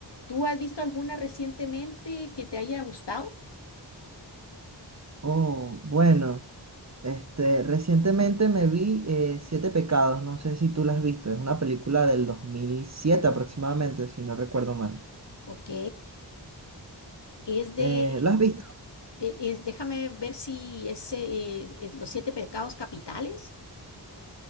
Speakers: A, on the left; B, on the right.
A: ¿Tú has visto alguna recientemente que te haya gustado?
B: Oh, bueno, este, recientemente me vi eh, Siete Pecados, no sé si tú la has visto, es una película del 2007 aproximadamente, si no recuerdo mal.
A: Ok, es de,
B: Eh, ¿la has visto?
A: e- es, déjame ver si es, eh, es Los Siete Pecados Capitales.